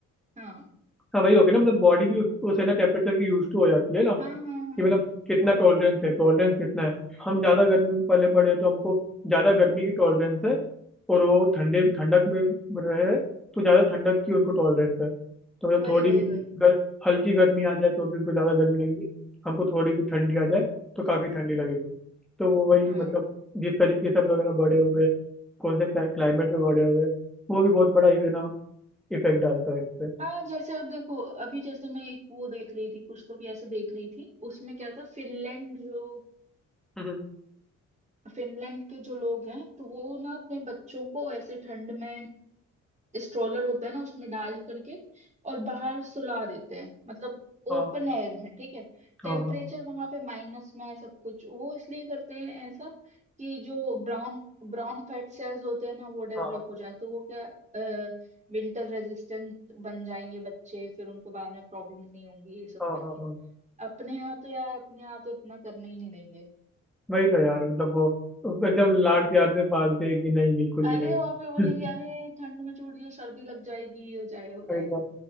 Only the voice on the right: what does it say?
हाँ
हाँ हाँ हाँ
हाँ
वही
वही
वही
हाँ
हाँ जैसे अब देखो अभी जैसे मैं एक वो देख रही थी कुछ तो भी ऐसे देख रही थी उसमें क्या था फिनलैंड जो
फिनलैंड के जो लोग हैं तो वो ना अपने बच्चों को ऐसे ठंड में स्ट्रोलर होता है ना उसमें डाल करके और बाहर सुला देते हैं मतलब ओपन
एयर में ठीक है
टेम्परेचर
वहां पे माइनस में है सब कुछ वो इसलिए करते हैं ऐसा कि जो ब्राउन ब्राउन फैट सेल्स होते हैं ना वो डेवलप
हो जाए तो वो क्या विंटर रेजिस्टेंट बन जाएंगे बच्चे फिर उनको बाद में प्रॉब्लम नहीं होंगी ये सब
करके
अपने यहाँ तो यार अपने यहाँ तो इतना करने ही नहीं देंगे
अरे
और फिर बोलेंगे
अरे ठंड में छोड़िए सर्दी लग जाएगी हो जाएगा हो जाएगा